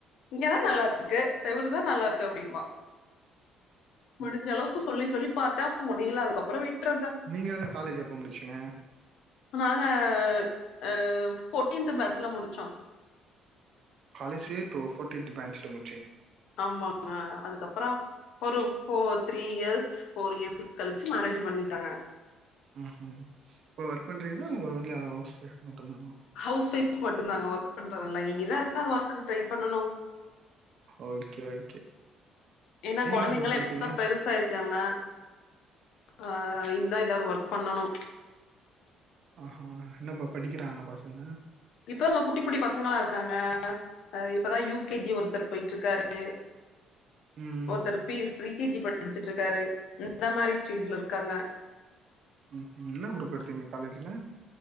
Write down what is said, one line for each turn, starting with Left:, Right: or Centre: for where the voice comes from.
Left: இங்கதா நல்லாருக்கு செவுருதா நல்லாருக்கு அப்டிம்பா
Right: ம்.
Left: முடிஞ்சளவுக்கு சொல்லி சொல்லி பாத்தே முடில அதுக்கப்றோ விட்றத்தா
Right: நீங்க எல்லா காலேஜ் எப்ப முடிச்சிங்க
Left: நாங்க அ ஃபோர்டீன்த்து பேட்ச்சுல முடிச்சோ
Right: காலேஜ்லே இப்போ ஃபோர்டின்த் பேன்சும்
Left: ஆமா ஆ அதுக் கப்றோ ஒரு four three years four years கழிச்சு மேரேஜு பண்ணிட்டாங்க
Right: ம்ஹும் இப்ப ஒர்க் பண்றீங்களா இல்ல ஒன்லி ஹவுஸ் வைஃப் மட்டுந்தானா
Left: ஹவுஸ் மட்டுந்தாங்க ஒர்க் பண்றதா இல் இனிதா ஒர்க்கு ட்ரை பண்ணணு
Right: ஓகே ஓகே
Left: ஏனா
Right: நீங்க
Left: கொழந்தைங்கலா
Right: என்ன குரூப்
Left: இப்பதா
Right: எடுத்தீங்க
Left: பெருசாயிருக்காங்க ஆ இந்தா எதா வர்க் பண்ணணு
Right: ஆஹா என்னப்பா படிக்கிறாங்களா பசங்க
Left: இப்ப அவுங்க குட்டி குட்டி பசங்ளா இருக்காங்க அ இப்பதா யூ கே ஜி ஒருத்தர் போய்ட்ருக்காரு
Right: ம்,
Left: ஒருத்தரு பி ஃபிரீ கீஜீ படிச்சிட்ருக்காரு இந்த மாரி ஸ்டேஜ்ல இருக்காங்க
Right: உம் உம் என்ன குரூப்பு எடுத்தீங்க காலேஜ்ல